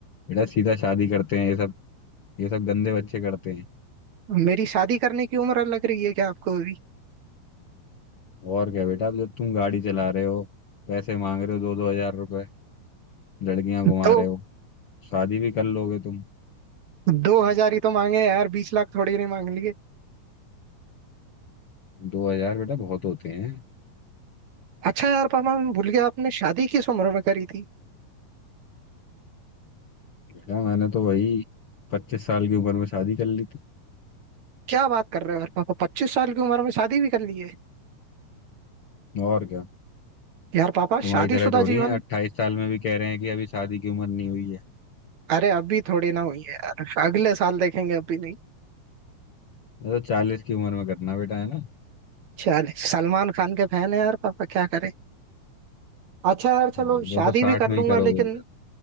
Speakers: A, on the left; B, on the right.
A: बेटा सीधा शादी करते हैं ये सब ये सब गंदे बच्चे करते हैं
B: मेरी शादी करने की उम्र लग रही है क्या आपको अभी
A: और क्या बेटा अब जब तुम गाड़ी चला रहे हो पैसे मांग रहे हो दो दो हजार रुपए लड़कियां घुमा
B: दो
A: रहे हो शादी भी कर लोगे तुम
B: दो हजार ही तो मांगे हैं यार बीस लाख थोड़ी नहीं मांग लिए
A: दो हजार बेटा बहुत होते हैं
B: अच्छा यार पापा मैं भूल गया आपने शादी किस उम्र में करी थी
A: बेटा मैंने तो वही पच्चीस साल की उम्र में शादी कर ली थी
B: क्या बात कर रहे हो यार पापा पच्चीस साल की उम्र में शादी भी कर ली है
A: और क्या
B: यार पापा
A: तुम्हारी
B: शादीशुदा
A: तरह थोड़ी
B: जीवन
A: है अट्ठाईस साल में भी कह रहे हैं कि अभी शादी की उम्र नहीं हुई है
B: अरे अभी थोड़ी ना हुई है यार अगले साल देखेंगे अभी नहीं
A: मैं तो चालीस की उम्र में करना बेटा है ना
B: चल सलमान खान के फैन है यार पापा क्या करें अच्छा यार चलो
A: हाँ,
B: शादी
A: दो तो साठ
B: भी कर
A: में ही
B: लूंगा
A: करोगे
B: लेकिन
A: बेटा